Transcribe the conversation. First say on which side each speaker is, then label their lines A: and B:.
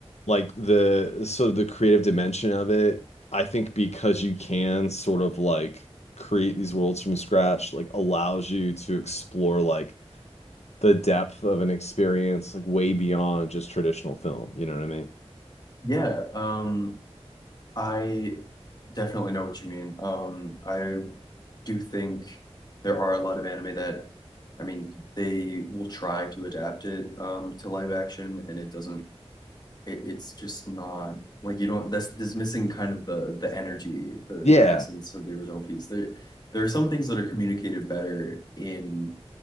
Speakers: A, on the left; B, on the left.
A: like the sort of the creative dimension of it, I think because you can sort of like create these worlds from scratch, like allows you to explore like the depth of an experience like way beyond just traditional film. You know what I mean?
B: yeah. Um, I definitely know what you mean. Um, I do think there are a lot of anime that, I mean, they will try to adapt it um, to live action, and it doesn't. It, it's just not like you don't. That's this missing kind of the the energy, the
A: Yeah.
B: the essence of the original piece. There, there are some things that are communicated better in